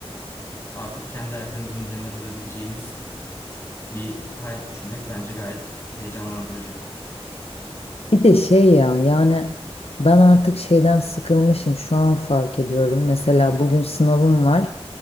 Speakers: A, on the left; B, on the left.
A: Artık kendi ayaklarımızın üzerinde durabileceğimiz bir hayat düşünmek bence gayet heyecanlandırıcı.
B: Bir de şey ya yani ben artık şeyden sıkılmışım şu an fark ediyorum. Mesela bugün sınavım var.